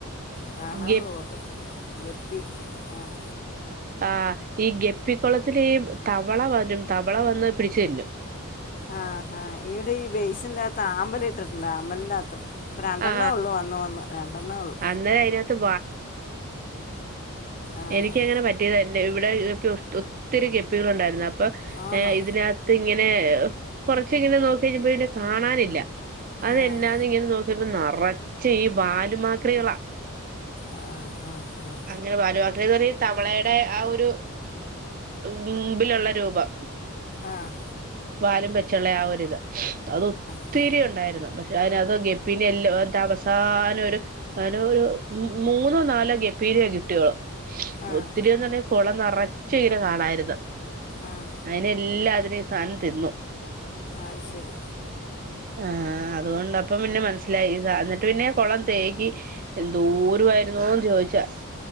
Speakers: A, on the left; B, on the right.
A: കാണാ
B: ഗപ്
A: പോവൊക്കെ ചെയ്യും. ഗപ്പി ആഹ്
B: ആഹ് ഈ ഗപ്പി ക്കൊളത്തില് ഈ തവള വരും. തവള വന്ന് പിടിച്ച് തിന്നും
A: ആഹ് ആഹ് ഇവിടെ ഈ ബേ്സിന്റെറ അകത്ത് ആമ്പലി ട്ടിട്ടുണ്ട് ആമ്പൽന്റെ ആത്ത്. ഇപ്പ രണ്ടെണ്ണോ
B: ആ
A: ഒള്ളു വന്ന് വന്ന് രണ്ടണ്ണോ ഉള്ളൂ.
B: അന്നേരം അതിനകത്ത്
A: ആഹ്
B: എനക്കങ്ങനെ പറ്റിയതാ. എന്റെ ഇവടെ ഒത്തിരി ഗപ്പികളൊ ണ്ടായിര്ന്ന് അപ്പം
A: ആണോ
B: ഏഹ് ഇതിനാ ത്ത് ഇങ്ങനെ കൊർച്ചിങ്ങനെ നോക്കി കഴിഞ്ഞപ്പൊ പിന്നെകാണാനില്ല. അത്എന്നാന്
A: ആഹ്
B: ങ്ങനെ നോക്കി ക്കിയപ്പോ നറച്ച് ഈ വാലുമാക്രികളാ
A: ആഹ് ആഹ് ആഹ്
B: അങ്ങനെ വലുമാക്രി പറ തവളയുടെ ആ ഒരു മുമ്പിലൊള്ള രൂപം
A: ആഹ്
B: വാലും വെച്ചുള്ള ആ ഒരിത് അത് ഒത്തിരി
A: ആഹ്
B: ഉണ്ടായിരുന്നു പക്ഷെ അതിനാത് ഗപ് പിന്നെ എൽ എന്തസ്ഥ സാനം ഒരു അനൊ ഒരു മു മൂന്നോ നാലോ ഗപ്പീനെ കിട്ടിഓൾ
A: ആഹ്
B: ഒത്തിരി എന്നുപറഞ്ഞ കൊളം നറച്ചു ഇങ്ങനെ കാണാരുന്നു
A: ആഹ്
B: അയിനെല്ലാം അതിന സാനം തിന്നു
A: അത് ശരി
B: ആഹ് അതുകൊണ്ടപ്പ പിന്നെ മനസ്സിലായി എന്നിട്ട് പിന്നെ കൊളം തേകി എന്തൂരമായിരുന്നോന്ന് ചോദിച്ചാ